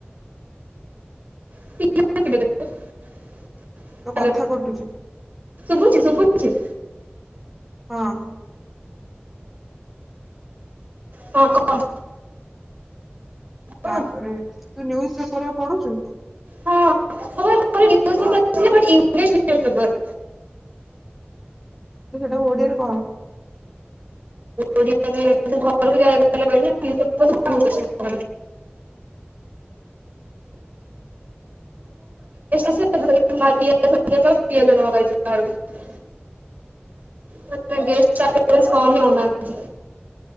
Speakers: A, on the right; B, in the centre.
A: <inaudible>
B: ତ କଥା କଟୁଛି
A: ହାଲୋ ଶୁଭୁଚି ଶୁଭୁଚି।
B: ହଁ।
A: ହଁ କଅ।
B: ତାପରେ
A: ହଁ।
B: ତୁ ନ୍ୟୁଜ ପେପର ଆଉ ପଢୁଚୁ?
A: ହଁ ସବୁବେଳେ ପଢିବି। ଇଏ ବଡି ଇମ୍ପ୍ରୈ ସିଭ ହେବେ ସବୁବେଳେ।
B: ତୁ ସେଟାକୁ ଓଡିଆରେ କହ।
A: ଓଡିଆରେ ତୁକଲ୍ <unintelligible> ଆଉ ଗେର ଜା ଫେବ୍ଲା। ଆଜି ମୋର ପୁରା ବିଦେଶ ଅଛିଗେ <unintelligible> ଆ ମା ପିଆଜ ସରିଯାଇଥିଲା ପିଆଜ ନେବାକୁ ଆଇଚୁ ବାହାରକୁ।
B: <inaudible>
A: ଗପେ କାମେନା <inaudible>